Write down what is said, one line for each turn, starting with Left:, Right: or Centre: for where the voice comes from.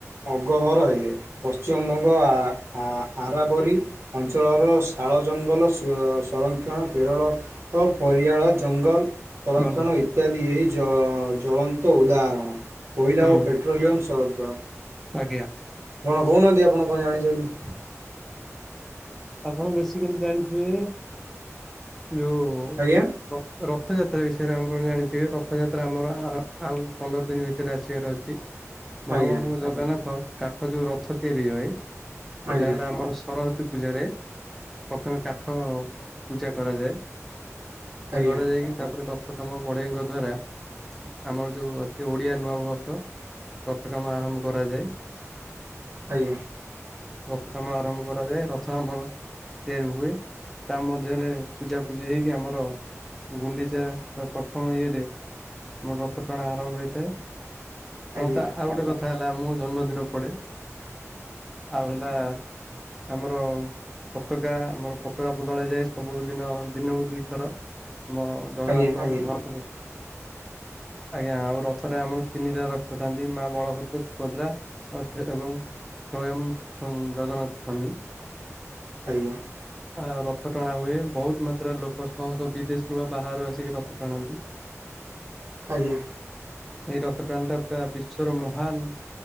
Right: ଅଗବର ହେଲେ ପଶ୍ଚିମବଙ୍ଗ ଆ -ଆରାବରି ଅଞ୍ଚଳର ଶାଳ ଜଙ୍ଗଲ ସ-ସଂରକ୍ଷଣ କେରଳ ଓ ପରିଆଳ ଜଙ୍ଗଲ ସଂରକ୍ଷଣ
Centre: ଭଲ
Right: ଇତ୍ୟାଦି ଏହି ଜ ଜଳନ୍ତ ଉଦାହରଣ କୋଇଲା
Centre: ହୁଁ
Right: ଓ ପେଟ୍ରୋଲିୟମ <unintelligible>
Centre: ଆଜ୍ଞା।
Right: କଣ କହୁନାହାନ୍ତି ଆପଣ କଣ ଜାଣିଛନ୍ତି।
Centre: ଆପଣ ବେସିକାଲି ଜାଣିଥିବେ ଯୋଉ
Right: ଆଜ୍ଞା
Centre: କ ରଥଯାତ୍ରା ବିଷୟରେ ଆପଣ ଜାଣିଥିବେ ରଥଯାତ୍ରା ଆମର ଆର ଆଉ ପନ୍ଦର ଦିନ ଭିତରେ ଆସିବାର ଅଛି। ମହାପ୍ରଭୁ
Right: ଆଜ୍ଞା
Centre: ଙ୍କ ଜଗନ୍ନାଥ କାଠ ଯୋଉ ରଥ ତିଆରି ହୁଏ। ସେଟା
Right: ଆଜ୍ଞା
Centre: ହେଲା ଆମର ସରସ୍ଵତୀ ପୂଜାରେ ପ୍ରଥମେ କାଠ ପୂଜା କରାଯାଏ ପୂଜା
Right: ଆଜ୍ଞା
Centre: କରାଯାଇକି ତାପରେ ର ରଥ କାମ ବଢେଇଙ୍କ ଦ୍ଵାରା ଆମର ଯୋଉ ଅଛି ଓଡିଆ ନୂଆ ବର୍ଷ ରଥ କାମ ଆରମ୍ଭ କରାଯାଏ।
Right: ଆଜ୍ଞା।
Centre: ରଥ କାମ ଆରମ୍ଭ କରାଯାଏ ରଥ ଆମର ତିଆରି ହୁଏ ତା ମଧ୍ୟରେ ପୂଜାପୂଜି ହେଇକି ଆମର ଗୁଣ୍ଡିଚା ବା ପ୍ରଥମ ଇଏରେ ମୋର ରଥ ଟଣା ଆରମ୍ଭ ହୋଇଥାଏ।
Right: ଆଜ୍ଞା
Centre: କଁ ତା ଆଉ ଗୋଟେ କ ଏଠା ହେଲା ମୁଁ ଜନ୍ମଦିନ ପଡ଼େ ଆଉ ହେଲା ଆମର ପତାକା ଆମର ପତାକା ବଦଳାଯାଏ ସବୁଦିନ ଦିନକୁ ଦିଇଥର ଆମ ଜଗନ୍ନାଥ
Right: ଆଜ୍ଞା ଆଜ୍ଞା
Centre: ମହାପୁରୁଷ ଆଜ୍ଞା ଆଉ ରଥରେ ଆମର ତିନିଟା ରଥ ଥାନ୍ତି ମା ବଳଭଦ୍ର ସୁଭଦ୍ରା ଆଉ ସେ ଏବଂ ସ୍ଵୟଂ ଉଁ ଜଗନ୍ନାଥସ୍ଵାମୀ।
Right: ଆଜ୍ଞା।
Centre: ଆ ରଥ ଟଣା ହୁଏ ବହୁତ ମାତ୍ରାରେ ଲୋକ ଶହ ଶହ ବିଦେଶରୁୁ ବା ବାହାରୁ ଆସିକି ରଥ ଟାଣନ୍ତି।
Right: ଆଜ୍ଞା।
Centre: ଏହି ରଥ ଟାଣ ଟା ପୁରା ବିଶ୍ୱର ମହାନ